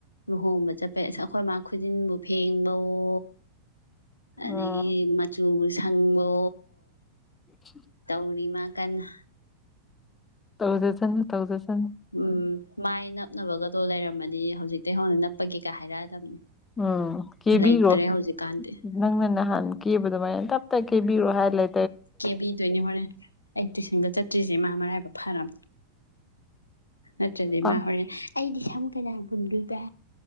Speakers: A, on the left; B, on the left.
A: ꯂꯨꯍꯣꯡꯕ ꯆꯠꯄꯩ ꯑꯁ ꯑꯩꯈꯣꯏ ꯃꯥ ꯈꯨꯖꯤꯟꯕꯨ ꯐꯦꯡꯕꯋꯣ ꯑꯗꯒꯤ
B: ꯎꯝ
A: ꯃꯆꯨ ꯁꯪꯕꯣ
B: <inaudible>
A: ꯇꯧꯔꯤꯃ ꯀꯟꯅ
B: ꯇꯧꯗꯦꯁꯅꯦ ꯇꯧꯗ ꯆ
A: ꯎꯝ ꯃꯥꯏ ꯅꯞꯅꯕꯒꯗꯣ ꯂꯩꯔꯝꯃꯗꯤ ꯍꯧꯖꯤꯛꯇ ꯍꯧꯣꯟꯅ ꯅꯞꯄꯒꯦ ꯀ ꯍꯥꯏꯔꯛꯑꯗꯕꯅꯤ
B: ꯎꯝ ꯀꯦꯕꯤꯔꯣ
A: ꯂꯩꯇ꯭ꯔꯦ ꯍꯧꯖꯤꯛꯀꯥꯟꯗꯤ
B: ꯅꯪꯅ ꯅꯍꯥꯟ ꯀꯦꯕ ꯑꯗꯨꯃꯥꯏꯅ ꯇꯞꯇ ꯊꯕꯤꯔꯣ ꯍꯥꯏ ꯂꯩ
A: ꯀꯦꯕꯤꯗꯣꯏꯅꯦ ꯍꯣꯔꯦꯟ ꯑꯩ ꯇꯨꯏꯁꯟꯕ ꯆꯠꯇ꯭ꯔꯤꯁꯦ ꯃꯥ ꯃꯔꯥꯏꯕ ꯐꯔꯕꯝꯅꯦ ꯅꯠꯇ꯭ꯔꯗꯤ
B: ꯄꯥ
A: ꯃꯥ ꯍꯣꯔꯦꯟ ꯑꯩꯗꯤ ꯁꯝ ꯀꯅꯥ ꯟꯣꯏꯕ